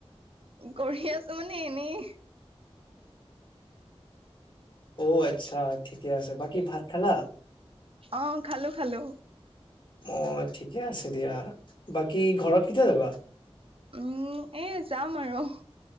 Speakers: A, on the right (about 65°); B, on the left (about 50°).
A: কৰি আছো মানে এনেই
B: অ আচ্ছা ঠিকে আছে বাকী ভাত খেলা
A: অ খালো খালো
B: অ ঠিকে আছে দিয়া বাকী ঘৰত কেতিয়া যাবা
A: উম এ যাম আৰু